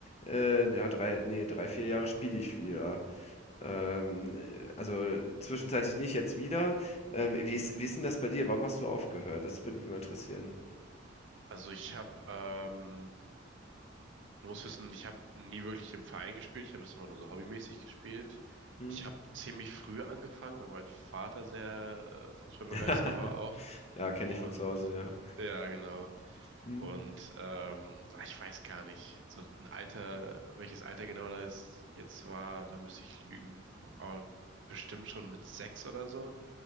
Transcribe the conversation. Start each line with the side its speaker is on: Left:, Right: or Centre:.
Left: äh, ja, drei, nee, drei, vier Jahre spiele ich wieder. Ähm, also zwischenzeitlich nicht, jetzt wieder. Ähm, wie ist, wie ist denn das bei dir? Warum hast du aufgehört? Das würde mich mal interessieren.
Right: Also ich habe ähm, Du musst wissen, ich habe nie wirklich im Verein gespielt. Ich habe das immer nur so hobbymäßig gespielt.
Left: Hm?
Right: Ich habe ziemlich früh angefangen, weil mein Vater sehr äh, fußballbegeistert
Left: <laughs>
Right: war auch.
Left: Ja, kenne
Right: Und
Left: ich von zu Hause, ja.
Right: ja, genau.
Left: Hm?
Right: Und ähm, ah, ich weiß gar nicht, so ein Alter, welches Alter genau das jetzt war, da müsste ich lügen. Aber bestimmt schon mit sechs oder so.